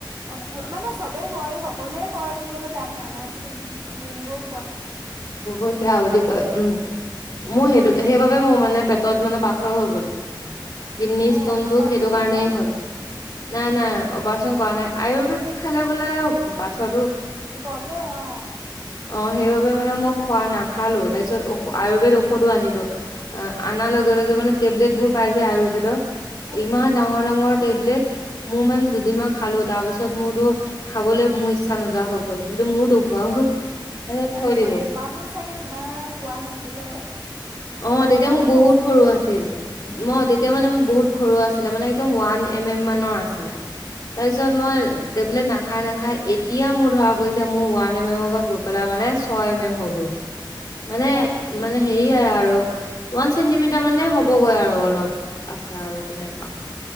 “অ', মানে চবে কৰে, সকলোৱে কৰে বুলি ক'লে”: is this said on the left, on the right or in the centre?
Right